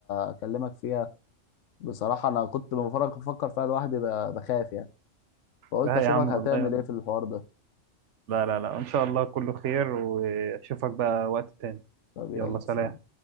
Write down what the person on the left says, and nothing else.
اكلمك فيها بصراحه انا كنت بفكر بفكر فيها لوحدي ب- بخاف يعني فقلت
اشوفك
هتعمل ايه في الحوار ده
طب يلا
سلام.